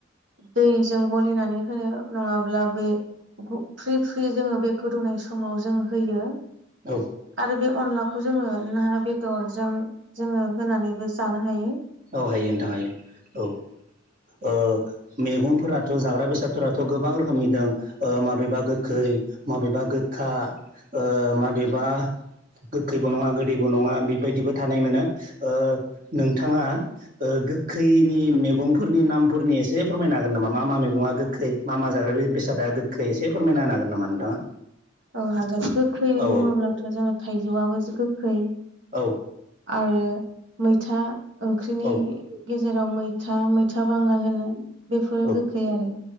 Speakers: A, on the right; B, on the right.
A: दैजों गलिनानै होनो नङाब्ला बै फ्रि फ्रि जोङो बे गोदौनाय समाव जों होयो।
B: औ।
A: आरो बे अनलाखौ जोङो ना बेदरजों जोङो होनानैबो जानो हायो।
B: औ हायो नोंथां हायो औ ओ मैगंफोराथ' जाग्रा बेसाद फोराथ' गोबां रोखोमनि दं ओ माबेबा गोखै माबेबा गोखा ओ माब बेबा गोखैबो नङा गोदैबो नङा बेबायदिबो थानाय मोनो ओ नोंथाङा ओ गोखैनि मेगंफोरनि नामफोरनि एसे फोरमायनो हागोन नामा मा मा मेगङा गोखै मा मा जाग्रा बेसादा गोखै एसे फोरमायना होनो हागोन नामा नोंथाङा?
A: औ हागोन गोखै
B: औ
A: बुङोब्लाथ' जोङो थाइजौआबोसो गोखै
B: औ
A: आरो मैथा ओंख्रिनि
B: औ
A: गेजेराव मैथा मै था बांगाल होनो बेफोरो
B: औ
A: गोखै आरो